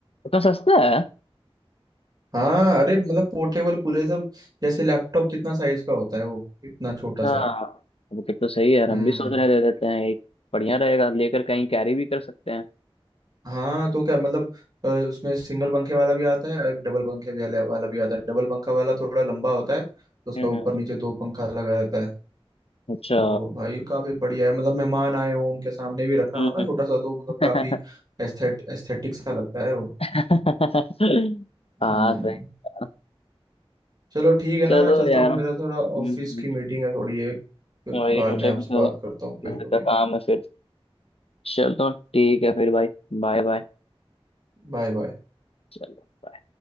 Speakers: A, on the left; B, on the right.
A: इतना सस्ता है
B: हाँ अरे मतलब पोर्टेबल कूलर सब जैसे लैपटॉप जितना साइज का होता है वो इतना छोटा
A: अच्छा
B: सा
A: अब तक तो सही है यार
B: हम्म
A: हम भी सोच रहे दे देते हैं एक बढ़िया रहेगा लेकर कहीं कैरी भी कर सकते हैं
B: हाँ तो क्या मतलब अ, उसमें सिंगल पंखे वाला भी आता है और डबल पंखे वाला वाला भी आता है डबल पंखा वाला थोड़ा लंबा होता है तो उसका
A: हम्म
B: ऊपर नीचे दो पंखा लगा रहता है
A: अच्छा
B: तो भाई काफी बढ़िया है मतलब मेहमान आए हो उनके सामने भी रखना
A: हम्म
B: हो ना छोटा सा तो मतलब
A: <laughs>
B: काफी एस्थेट एस्थेटिक सा लगता है वो
A: <laughs> हाँ
B: हम्म
A: सही कहा।
B: चलो ठीक है ना
A: चलो
B: मैं चलता
A: यार
B: हूँ मेरा थोड़ा
A: हम्म,
B: ऑफिस की मीटिंग है थोड़ी एक फिर
A: वही
B: बाद
A: मुझे
B: में आपसे
A: भी थोड़ा
B: बात करता हूँ फिर
A: घर का
B: कभी
A: काम है फिर चलो ठीक है फिर भाई Bye bye
B: Bye bye
A: चलो